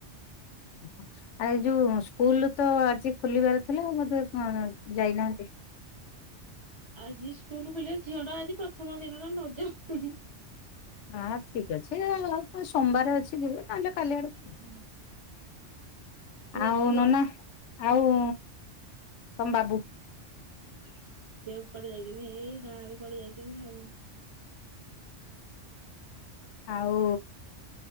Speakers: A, on the left (about 75°); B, on the right (about 25°).
A: ଓହୋ ଆଉ ଏଯୋଉ ସ୍କୁଲତ ଆଜି ଖୋଲିବାର ଥିଲା ବୋଧ ଯାଇନାହାନ୍ତି?
B: ଆଜି ସ୍କୁଲ୍ ଖୋଲିବା ଝିଅଟା ଆଜି ପ୍ରଥମ ଦିନଟା ନଯାଉ।
A: ହଁ ଠିକ୍ ଅଛି ସୋମବାର ଅଛି ଯିବେ ନହେଲେ କାଲି ଆଡ଼କୁ
B: ହୁଁ ପୁଅ
A: ଆଉ
B: ପୁଅ
A: ନନା ଆଉ ତମ ବାବୁ
B: ସିଏକୁ କୁଆଡ଼େ ଯାଇଚନ୍ତି ଏଇ ଗାଁ ଆଡ଼େ କୁଆଡ଼େ ଯାଇଚନ୍ତି ଆଉ।
A: ଆଉ